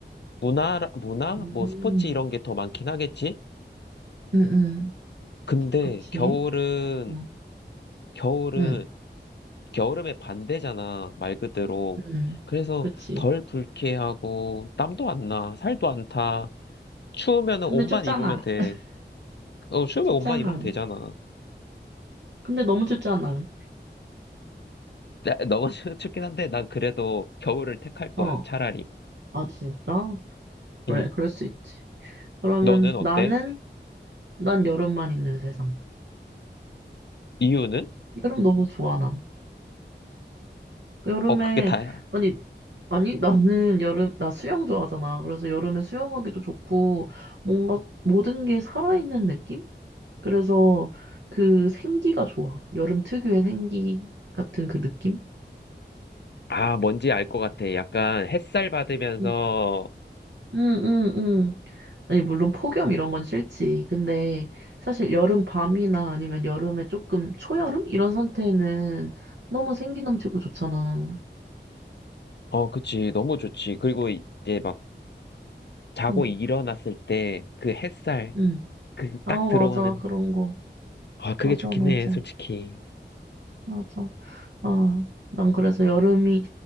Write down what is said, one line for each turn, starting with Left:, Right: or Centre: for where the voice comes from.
Left: 문화 문화
Right: 음,
Left: 뭐 스포츠 이런 게 더 많긴 하겠지.
Right: 응, 응,
Left: 근데
Right: 그치.
Left: 겨울은
Right: 어,
Left: 겨울은
Right: 응,
Left: 겨울음의 반대잖아. 말 그대로.
Right: 응,
Left: 그래서
Right: 그치.
Left: 덜 불쾌하고 땀도 안 나. 살도 안 타. 추우면은
Right: 근데
Left: 옷만
Right: 춥잖아.
Left: 입으면 돼.
Right: <laughs>
Left: 어, 추우면
Right: 춥잖아.
Left: 옷만 입으면 되잖아.
Right: 근데 너무 춥잖아.
Left: 나- 너무 <laughs> 춥긴 한데 난 그래도 겨울을 택할 거야.
Right: 어,
Left: 차라리.
Right: 아, 진짜? 그래,
Left: 응.
Right: 그럴 수 있지. 그러면
Left: 너는 어때?
Right: 나는, 난 여름만 있는 세상.
Left: 이유는?
Right: 여름 너무 좋아, 난. 여름에,
Left: 어, 그게 다야.
Right: 아니, 아니, 나는 여름, 나 수영 좋아하잖아. 그래서 여름에 수영하기도 좋고, 뭔가 모든 게 살아있는 느낌? 그래서 그 생기가 좋아. 여름 특유의 생기 같은 그 느낌?
Left: 아, 뭔지 알 것 같아. 약간 햇살 받으면서,
Right: 응, 응, 응. 아니, 물론 폭염 이런 건 싫지. 근데 사실 여름 밤이나 아니면 여름에 조금 초여름? 이런 상태는 너무 생기 넘치고 좋잖아.
Left: 어, 그치. 너무 좋지. 그리고 이제 막 자고
Right: 응,
Left: 일어났을 때 그 햇살,
Right: 응.
Left: 그
Right: 아,
Left: 딱 들어오는,
Right: 맞아. 그런 거.
Left: 아, 그게
Right: 맞아,
Left: 좋긴
Right: 맞아.
Left: 해, 솔직히.
Right: 맞아. 아, 난 그래서 여름이,